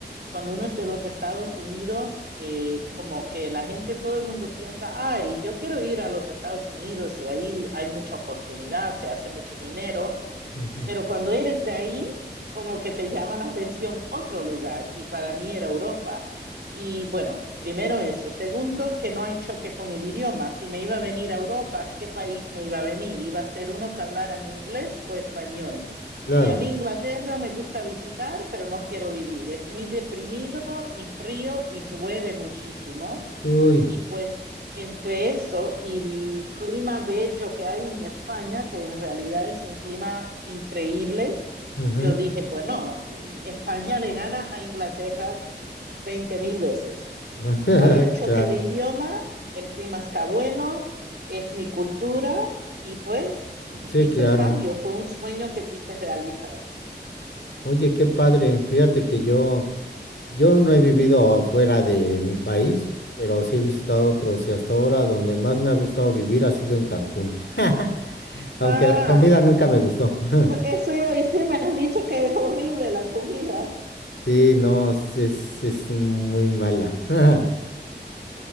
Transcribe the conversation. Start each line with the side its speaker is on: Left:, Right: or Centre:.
Right: cuando uno es de los Estados Unidos, eh, como que la gente, todo el mundo piensa, ay, yo quiero ir a los Estados Unidos, ahí hay mucha oportunidad, se hace mucho dinero,
Left: ujú.
Right: pero cuando eres de ahí, como que te llama la atención otro lugar y para mí era Europa. Y bueno, primero eso. Segundo, que no hay choque con el idioma. Si me iba a venir a Europa, ¿qué país me iba a venir? ¿Iba a ser uno que hablaran inglés o español?
Left: Claro.
Right: Y a mí Inglaterra me gusta visitar, pero no quiero vivir. Es muy deprimido y frío y llueve muchísimo.
Left: Uy,
Right: Y pues entre eso y el clima bello que hay en España, que en realidad es un clima increíble,
Left: ujú.
Right: yo dije, bueno, eh, España le gana a Inglaterra veinte mil veces.
Left: <laughs>
Right: No había choque
Left: Claro,
Right: de idioma, el clima está bueno, es mi cultura y pues
Left: sí,
Right: hice
Left: claro.
Right: el cambio, fue un sueño que quise realizar.
Left: Oye, qué padre. Fíjate que yo, yo no he vivido afuera de mi país, pero sí he visitado otros y hasta ahora donde más me ha gustado vivir ha sido en Cancún. <laughs> Aunque
Right: Ah,
Left: la comida nunca me gustó. <laughs>
Right: eso iba a decir, me han dicho que es horrible la comida.
Left: Sí, no, es, es- es muy mala. <laughs>